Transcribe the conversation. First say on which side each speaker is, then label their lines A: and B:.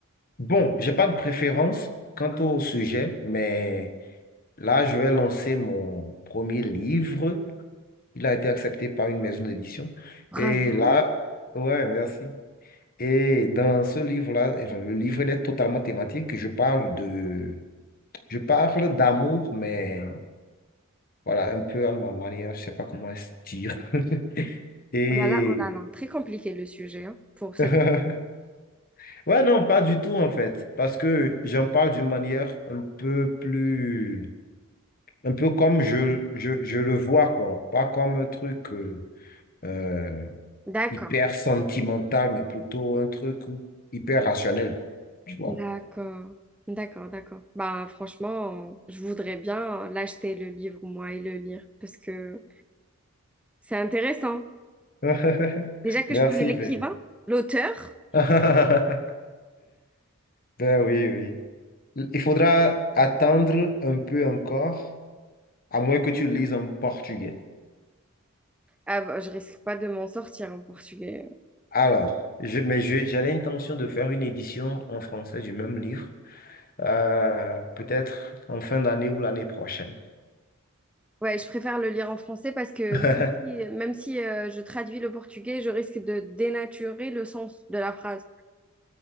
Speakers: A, on the left; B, in the centre.
A: Bon, j'ai pas de préférence quant au sujet, mais là, je vais lancer mon premier livre Il a été accepté par une maison d'édition.
B: Bravo.
A: Et là, ouais, merci. Et dans ce livre-là, enfin, le livre il est totalement thématique. Je parle de, je parle d'amour, mais voilà, un peu à ma manière, je sais pas comment se dire. <laughs> Et
B: Oh là là, oh là là, très compliqué le sujet hein, pour cette.
A: <laughs> ouais, non, pas du tout en fait, parce que j'en parle d'une manière un peu plus, un peu comme je, je, je le vois, quoi, pas comme un truc. euh, euh,
B: D'accord,
A: hyper sentimental, mais plutôt un truc hyper rationnel, tu vois.
B: d'accord, d'accord, d'accord. Bah franchement, je voudrais bien l'acheter le livre moi et le lire parce que c'est intéressant.
A: <laughs>
B: Déjà que
A: Merci,
B: je connais l'écrivain,
A: Ben.
B: l'auteur,
A: <laughs> Ben oui, oui. Il faudra attendre un peu encore, à moins que tu lises en portugais.
B: ah bah, je risque pas de m'en sortir en portugais. hein.
A: Alors, je, mais je- j'ai l'intention de faire une édition en français du même livre, euh, peut-être en fin d'année ou l'année prochaine.
B: Ouais, je préfère le lire en français parce que
A: <laughs>
B: même si, même si euh, je traduis le portugais, je risque de dénaturer le sens de la phrase.